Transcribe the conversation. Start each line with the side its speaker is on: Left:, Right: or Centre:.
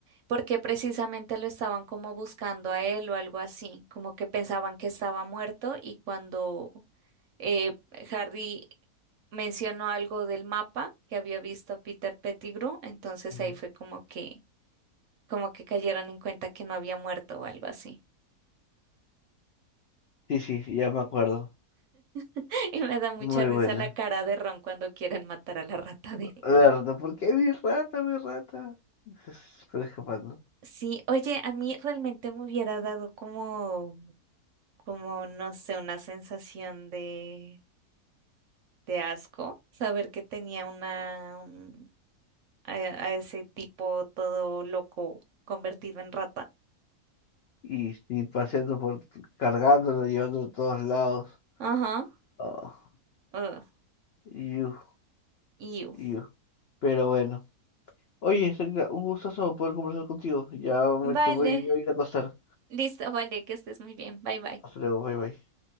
Right: porque precisamente lo estaban como buscando a él o algo así, como que pensaban que estaba muerto y cuando eh, Harry mencionó algo del mapa que había visto a Peter Pettigrew, entonces
Left: Ujú.
Right: ahí fue como que como que cayeron en cuenta que no había muerto o algo así.
Left: Sí, sí, sí, ya me acuerdo.
Right: <laughs> Y me da mucha
Left: Muy
Right: risa
Left: buena.
Right: la cara de Ron cuando quieren matar a la rata de él.
Left: La rata, ¿por qué mi rata, mi rata? Es- Pero escapando.
Right: Sí, oye, a mí realmente me hubiera dado como, como, no sé, una sensación de, de asco saber que tenía una, un- a, a ese tipo todo loco convertido en rata.
Left: Y, y paseando por... cargándolo, llevándolo a todos lados.
Right: Ajá.
Left: Oh,
Right: Ugh,
Left: you.
Right: iu.
Left: you. Pero bueno. Oye, Sarita, un gustazo poder conversar contigo. Ya me,
Right: Vale,
Left: se voy a ir a acostar.
Right: listo, vale, que estés muy bien. Bye bye.
Left: Hasta luego, bye bye.